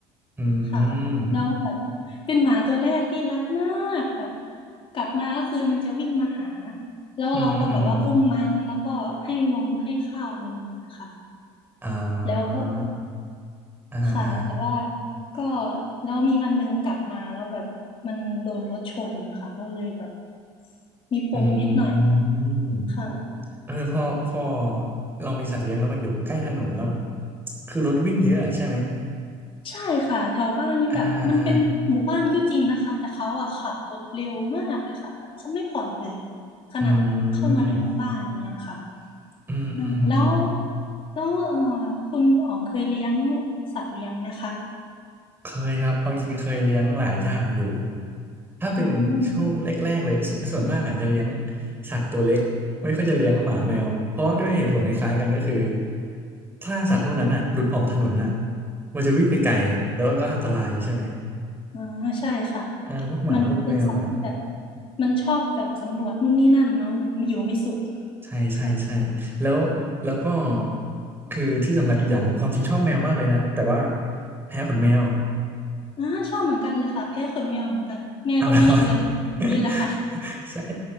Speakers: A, on the right; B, on the left.
A: อืม
B: ค่ะแล้วแบบเป็นหมาตัวแรกที่รักมากแบบกลับมาก็คือมันจะวิ่งมาหาแล้วเราก็แบบว่าอุ้มมันแล้วก็ให้นมให้ข้าวมันเนี่ยค่ะ
A: อือฮึอือฮึอ่า
B: แล้ว
A: อ่าฮะอ่าฮะ
B: ค่ะแต่ว่าก็แล้วมีวันหนึ่งกลับมาแล้วแบบมันโดนรถชนนะคะก็เลยแบบมีปมนิดหน่อย
A: อืม
B: ค่ะ
A: เออพอพอเรามีสัตว์เลี้ยงแล้วมันอยู่ใกล้ถนนแล้วคือรถวิ่งเยอะอะใช่ไหม
B: ใช่ค่ะแถวบ้านนี่แบบมันเป็นหมู่บ้านก็จริงนะคะแต่เขาอะขับรถเร็วมากเลยค่ะแบบเขาไม่ผ่อนเลย
A: อ่าอ่า
B: ขนาดแบบเข้ามาในหมู่บ้านอย่างเงี้ยค่ะ
A: อืมอืมอืมอืม
B: อ่าแล้วแล้วเอ่อคุณอ๋องเคยเลี้ยงสัตว์เลี้ยงนะคะ
A: เคยครับเอาจริงๆเคยเลี้ยงหลายอย่างอยู่ถ้าเป็นช่วงแรกๆเลยสส่วนมากอาจจะเลี้ยง
B: อืม
A: สัตว์ตัวเล็กไม่ค่อยจะเลี้ยงหมาแมวเพราะด้วยเหตุผลคล้ายๆกันก็คือถ้าสัตว์พวกนั้นน่ะหลุดออกถนนน่ะมันจะวิ่งไปไกลแล้วมันก็อันตรายใช่ไหม
B: อ่าใช่ค่ะ
A: เออพวกหมาพวกแมวอ่ะ
B: มันเป็นสัตว์ที่แบบมันชอบแบบสำรวจนู่นนี่นั่นเนาะมันไม่อยู่ไม่สุข
A: ใช่ใช่ใช่แล้วแล้วก็
B: ค่ะ
A: คือที่สำคัญอีกอย่างหนึ่งความจริงชอบแมวมากเลยนะแต่ว่าแพ้ขนแมว
B: อ่าชอบเหมือนกันเลยค่ะแพ้ขนแมวเหมือนกันแม่ก็ไม่ให้เลี้ยง
A: เอาและ
B: นี่แหละค่ะ
A: <laughs> ใช่